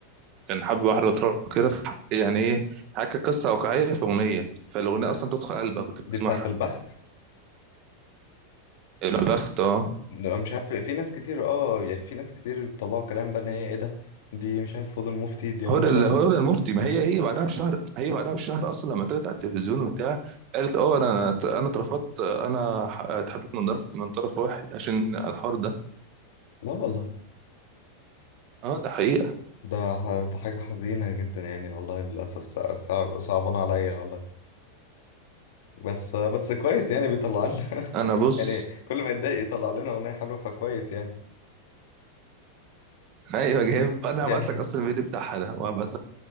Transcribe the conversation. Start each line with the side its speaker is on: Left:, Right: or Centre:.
Right: كان حب واحده واترفض كده في- يعني ايه حكى قصه واقعيه في اغنيه فالاغنيه
Left: ده
Right: اصلا تدخل قلبك وانت بتسمعها
Left: دي بتاعه البخت
Right: البخت اه
Left: لا، مش عارف في ناس كتير اه يعني في ناس كتير بيطلعوا كلام بقى ان هي ايه ده دي مش عارف فضل مفتي دي مش
Right: هدى ال-
Left: عارف
Right: هدى المفتي ما هي هي بعدها بشهر هي بعدها بشهر اصلا لما طلعت على التلفزيون وبتاع قالت اه انا انا اترفضت انا ح- اتحبت من طرف من طرف واحد عشان الحوار ده
Left: لا والله
Right: اه ده حقيقة
Left: ده ح- ده حاجة حزينة جدا يعني والله للأسف صع- صعب صعبان عليا والله بس بس كويس يعني بيطلع لنا
Right: انا
Left: <laughs>
Right: بص
Left: يعني كل ما يتضايق يطلع لنا أغنية حلوة فكويس يعني
Right: ايوه جامد انا
Left: يعني
Right: هبعت لك اصلا الفيديو بتاعها ده وهبعت لك